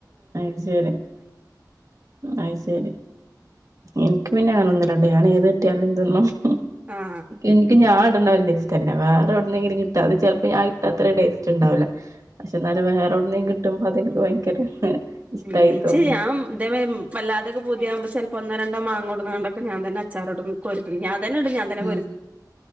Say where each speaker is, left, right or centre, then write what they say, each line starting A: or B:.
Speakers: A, on the right (about 50°); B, on the right (about 20°).
A: അത് ശരി അത് ശരി. ഇട്ട ഞാ ഏത് കെട്ടിയാലു <unintelligible>
B: ആ <unintelligible>
A: ഇന്ക് ഞാൻടണ വല്ല ഇഷ്ട്ടല്ല വേറെ ഇവിടന്നെങ്കിലും കിട്ടും അത് ചിലപ്പോ ഞാൻിട്ടാ അത്ര ഒരു ടേസ്റ്റ് ഉണ്ടാവില്ല.. പക്ഷെ എന്നാലും വേറെോടന കിട്ടുമ്പോ <unintelligible>
B: ഉ ഇച്ചേ
A: തോന്നും
B: ഞൻ <unintelligible> ഒന്നോ രണ്ടോ മാങ്ങോട്ടുംങ്ങണ്ടൊക്കെ ഞൻ തന്നെ അച്ചാോടും കോരിത്തിന്നും. അ
A: ഉം